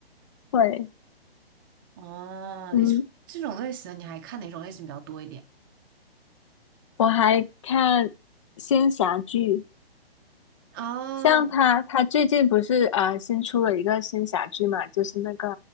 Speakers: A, on the left (about 30°); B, on the right (about 20°).
A: 会，
B: 哦，
A: 嗯，
B: 你这种类型的你还看哪种类型比较多一点？
A: 我还看仙侠剧，
B: 哦
A: 像他，他最近不是呃新出了一个仙侠剧嘛，就是那个